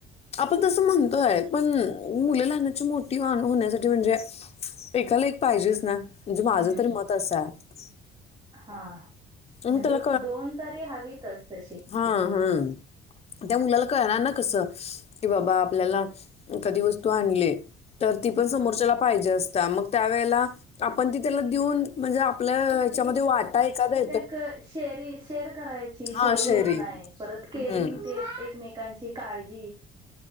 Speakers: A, on the left; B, on the right.
A: आपण तसं म्हणतोय पण मुल लहानाची मोठी वा होण्यासाठी म्हणजे एकाला एक पाहिजेच ना म्हणजे माझं
B: हम्म
A: तरी मत असं आहे
B: हा म्हणजे
A: मग त्याला
B: दोन तरी हवीतच तशी
A: हा, हा त्या मुलाला कळणार ना कसं की बाबा आपल्याला एखादी वस्तू आणली तर ती पण समोरच्याला
B: हा
A: पाहिजे असत्या मग त्यावेेळेला आपण ती त्याला देऊन म्हणजे आपलं हच्यामध्ये वाटा एखाद्या
B: क शेरी शेअर करायची शेरींग
A: हां शेअरिंग
B: एत नाही परतं केरींग
A: हम्म
B: ते एकमेकांची काळजी